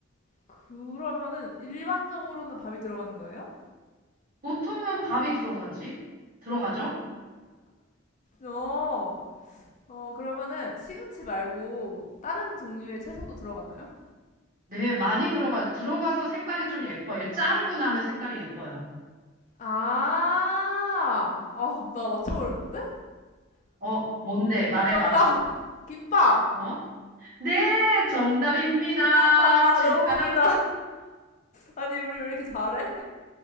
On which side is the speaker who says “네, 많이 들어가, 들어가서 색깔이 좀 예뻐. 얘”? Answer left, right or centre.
Right